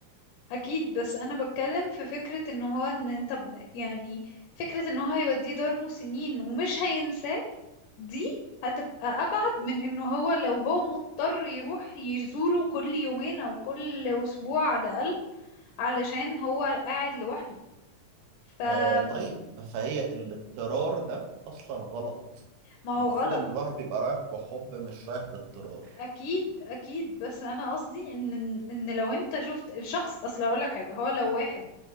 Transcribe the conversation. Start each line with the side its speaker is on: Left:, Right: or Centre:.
Left: اكيد بس انا بتكلم في فكرة ان هو ان انت ب- يعني فكرة ان هو هيوديه دار مسنين ومش هينساه دي هتبقى ابعد من انه هو لو هو مضطر يروح يزوره كل يومين او كل اسبوع على الاقل علشان هو قاعد لوحده فده
Right: آه طيب فهي الاضطرار ده اصلا غلط
Left: ما
Right: المفروض
Left: هو غلط
Right: ان الواحد بيبقى رايح بحب مش رايح باضطرار
Left: اكيد اكيد بس انا قصدي ان ان لو انت شفت الشخص اصل اقول لك حاجه هو لو واحد